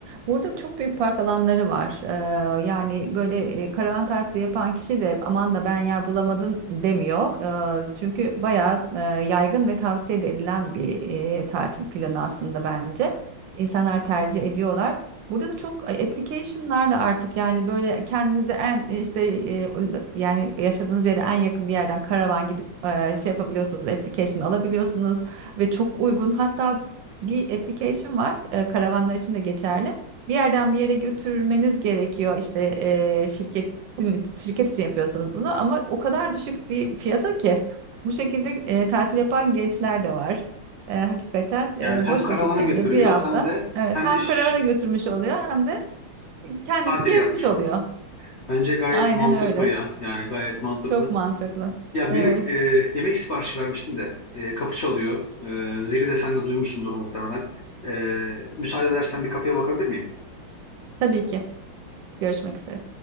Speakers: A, on the right; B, on the left.
A: Burada çok büyük park alanları var. Ee, yani böyle e, karavan tatili yapan kişi de aman da ben yer bulamadım demiyor. Ee, çünkü bayağı e, yaygın ve tavsiye de edilen bir e, tatil planı aslında bence. İnsanlar tercih ediyorlar. Burada da çok e, application'larla artık yani böyle kendinize en e, işte e, ul- yani yaşadığınız yere en yakın bir yerden karavan gidip e, şey yapabiliyorsunuz, application alabiliyorsunuz ve çok uygun. Hatta bir application var. e, karavanlar için de geçerli. Bir yerden bir yere götürmeniz gerekiyor. İşte e, şirket şirket için yapıyorsunuz bunu ama o kadar düşük bir fiyata ki bu şekilde e, tatil yapan gençler de var. E, hakikaten e,
B: Yani hem
A: boş
B: karavanı
A: vakitlerinde
B: getiriyor
A: bir hafta
B: hem de
A: evet
B: hem
A: hem
B: de şi-
A: karavana götürmüş oluyor hem de kendisi
B: tatil
A: gezmiş
B: yapmış
A: oluyor.
B: oluyor. Bence gayet
A: Aynen
B: mantıklı
A: öyle.
B: ya. Yani gayet mantıklı.
A: Çok mantıklı.
B: Ya
A: Evet,
B: benim e, yemek siparişi vermiştim de e, kapı çalıyor. E, zili de sen de duymuşsundur muhtemelen. E, müsaade edersen bir kapıya bakabilir miyim?
A: tabii ki. Görüşmek üzere.